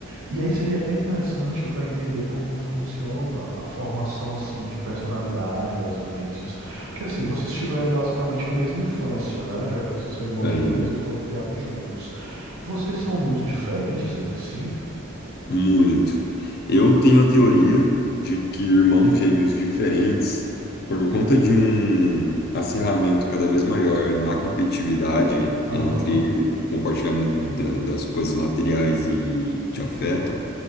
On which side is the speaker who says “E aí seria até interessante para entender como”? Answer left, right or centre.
Right